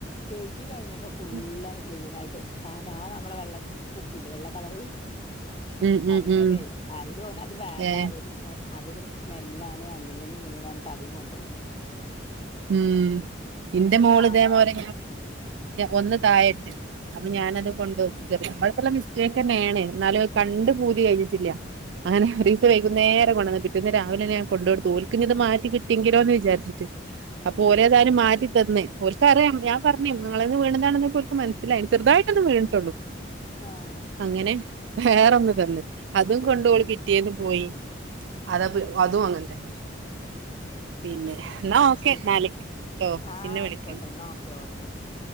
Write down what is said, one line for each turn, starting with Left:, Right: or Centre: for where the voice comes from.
Left: കഴുകി കഴിഞ്ഞപ്പോ ഫുള്ളാണ്
Right: ഉം
Left: ക്ലീൻ ആയി. സാധാ നമ്മളെ വെള്ള കുപ്പിയില് വെള്ള കളർ
Right: ഉം ഉം
Left: അങ്ങനെ
Right: ഉം
Left: ആയില് അത് വേണ്ട
Right: ഏ
Left: അതൊരു സ് അതൊരു സ്മെല്ലാണ് അങ്ങനെയാണ് ഇങ്ങനെയാണ് പറഞ്ഞിട്ട്അതും കൊണ്ടയില്ല
Right: ഉം എന്റെ മോള്
Left: സാധാ
Right: ഇതേ പോലെ
Left: വ-
Right: ഒന്ന് താഴട്ട് അപ്പൊ ഞാനത് കൊണ്ട ചെറ നമ്മൾക്കുള്ള മിസ്റ്റേക്ക് തന്നെയാണ് എന്നാലും അത്കണ്ട്
Left: ഉം
Right: പൂതി കഴിഞ്ഞിട്ടില്ല അങ്ങന ഒരീസം വൈകുേന്നരം കൊണ്ടുവന്ന് പിറ്റന്ന് രാവിലെഞാൻ കൊണ്ട്കൊടുത്തുഓൽക്കിഞ്ഞി മാറ്റി കിട്ടി എങ്കിലോ എന്ന് വിചാരിച്ചു
Left: ആഹ്
Right: അപ്പൊ ഓരേഏതായാനും മാറ്റി തന്നുഓൽക്ക് അറിയാം ഞാൻ പറഞ്ഞ് നള വീണതാണെന്ന് മനസ്സിലായി ചെറതായിട്ടൊ ഒന്ന് വീണട്ടുള്ളൂ
Left: ആഹ്
Right: അങ്ങനെ വേറൊന്ന് തന്നു അതുകൊണ്ട്
Left: ഉം
Right: ഒലപിറ്റേന്ന് പോയി അത അതും അങ്ങെ തന്നെ പിന്നെ
Left: അത്
Right: ഓക്കെ
Left: ശരി
Right: എന്നാല് ട്ടോ
Left: ആഹ
Right: പിന്നെ
Left: ആയിക്കോട്ടെ
Right: വിളിക്ക
Left: എന്നാ ഓക്കെ ഓക്കെ ഓക്കെ